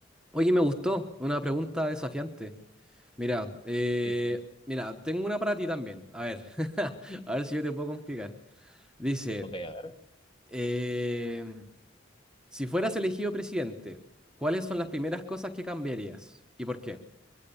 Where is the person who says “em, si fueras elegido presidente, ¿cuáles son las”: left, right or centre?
Centre